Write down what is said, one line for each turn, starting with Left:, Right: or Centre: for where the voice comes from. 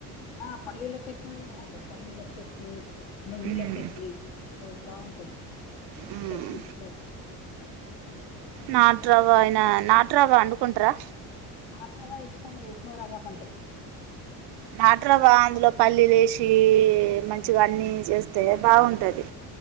Left: ఆ పల్లీల చట్నీ కూడా బాగుంటంది పల్లీల చట్నీ నువ్వుల
Right: ఉమ్
Left: చట్నీ టో బాగుంటది
Right: ఉమ్
Left: చట్నీ తోటి
Right: నాట్్రావ్వ
Left: ఏం చేస్త
Right: ఆయన నాటు్రావా్వ అండుకుంటార
Left: ఆట్ రవ్వ ఇష్టం త్మగర్ అవ్వకంటే
Right: నాట్రవా అందులోక్ పల్లీలేసీ మంచిగా అన్నీ చేస్తే బాగుంటది.